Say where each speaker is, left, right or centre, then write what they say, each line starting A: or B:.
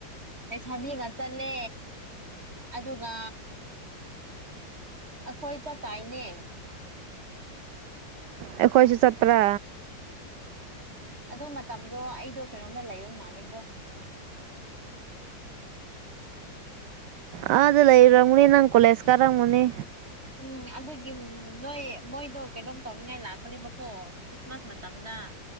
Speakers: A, on the right (about 30°); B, on the right (about 70°).
A: ꯍꯣꯏ ꯁꯥꯕꯤꯒ ꯆꯠꯂꯦ ꯑꯗꯨꯒ ꯑꯩꯈꯣꯏ ꯆ ꯇꯥꯏꯅꯦ
B: ꯑꯩꯈꯣꯏꯁꯨ ꯆꯠꯄ꯭ꯔꯥ
A: ꯑꯗꯨ ꯃꯇꯝꯗꯣ ꯑꯩꯗꯣ ꯀꯩꯅꯣꯝꯗ ꯂꯩꯌꯣꯏ ꯃꯥꯜꯂꯦꯕꯣ
B: ꯑ ꯑꯗꯨ ꯂꯩꯔꯪꯅꯤ ꯅꯪ ꯀꯣꯂꯦꯁ ꯀꯔꯪꯅꯤ
A: ꯎꯝ ꯑꯗꯨꯒꯤ ꯅꯣꯏ ꯃꯣꯏꯗꯣ ꯀꯩꯅꯣꯝ ꯇꯧꯅꯤꯡꯉꯥꯏ ꯂꯥꯛꯄꯅꯦꯕꯀꯣ ꯈ꯭ꯔꯤꯁꯃꯥꯁ ꯃꯇꯝꯗ ꯑ